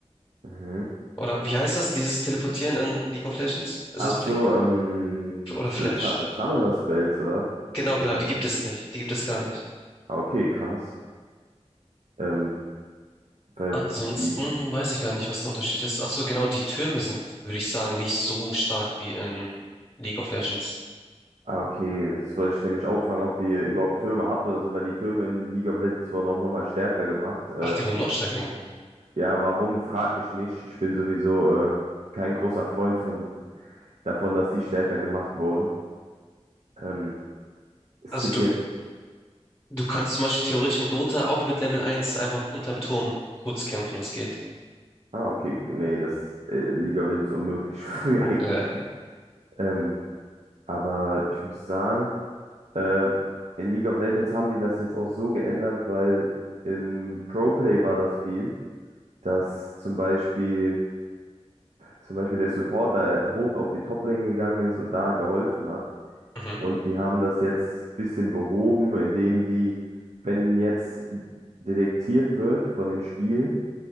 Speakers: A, on the right (about 75°); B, on the left (about 20°).
A: Mhm.
B: Oder wie heißt das, dieses Teleportieren in League of Legends? Ist
A: Ach
B: das Blink?
A: so, ähm,
B: Oder
A: S-
B: Flash?
A: Sa- Summoner Spells, oder?
B: Genau,
A: Meinst
B: genau, die gibt
A: du jetzt?
B: es nicht. Die gibt es gar nicht.
A: Ah, okay, krass. Ähm, weil,
B: Ansonsten
A: w- wie,
B: weiß ich gar nicht, was der Unterschied ist. Ach so, genau, die Türme sind, würde ich sagen, nicht so stark wie in League of Legends.
A: ah, okay, das wollte ich nämlich auch fragen, ob ihr überhaupt Türme habt oder so, weil die Türme in League of Legends wurden auch nochmal stärker gemacht. Äh,
B: Ach, die wurden noch stärker gemacht.
A: ja, warum, frag mich nicht. Ich bin sowieso äh, kein großer Freund von, davon, dass die stärker gemacht wurden. Ähm, es
B: Also
A: gibt
B: du,
A: jetzt,
B: du kannst zum Beispiel theoretisch in Dota auch mit Level eins einfach unterm Turm kurz kämpfen, das geht.
A: ah, okay, nee, das äh, League of Legends unmöglich, <laughs> eigentlich.
B: Ja.
A: Ähm, Aber ich muss sagen, äh, in League of Legends haben die das jetzt auch so geändert, weil in Pro Play war das viel, dass zum Beispiel, zum Beispiel der Supporter hoch auf die Top-Lane gegangen ist und da geholfen hat.
B: Mhm.
A: Und die haben das jetzt ein bisschen behoben, indem die, wenn jetzt detektiert wird von dem Spiel,